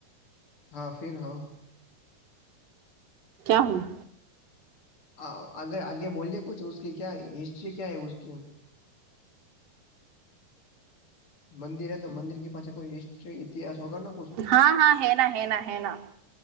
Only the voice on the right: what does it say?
હું.
હા હા હેના હેના હેના